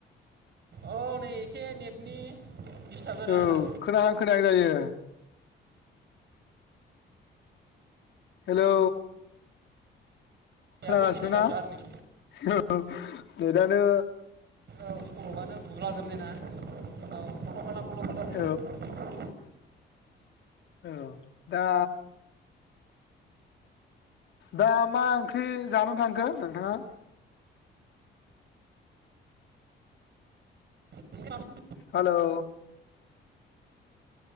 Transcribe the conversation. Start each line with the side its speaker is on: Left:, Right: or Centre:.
Right: औ नै एसे नेटनि डिस्टार्ब जादों
Left: औ
Right: आंना
Left: खोनाहां खोनाहां जायो। हेलौ
Right: औयाबो
Left: खोनागासिनो
Right: एसे डिस्टार्बथार
Left: ना
Right: नै
Left: <unintelligible> नेतानो
Right: औ सर'बानो गुला जोबनाय ना औ खल' खाला खल' खाला <unintelligible>
Left: औ औ दा दा मा ओंख्रि जानानै थांखो नोंथाङा?
Right: <unintelligible>
Left: हेलौ